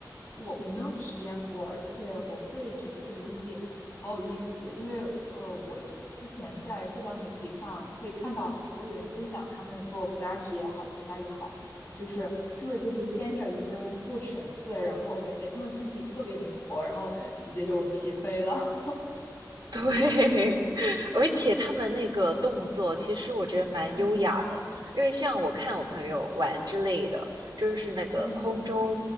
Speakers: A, on the left; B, on the right.
A: 我我没有体验过，而且我会觉得这个东西好有意思，因为呃，我之前在社交媒体上会看到很多人分享他们做普拉提也好，其他也好，就是是不是就是牵着一根布绳子，然后感觉他们身体特别灵活，然后直接就起飞了。
B: 对，<laughs> 而且他们那个动作，其实我觉得蛮优雅的，
A: <laughs> 嗯
B: 因为像我看我朋友玩之类的，就是那个空中
A: 嗯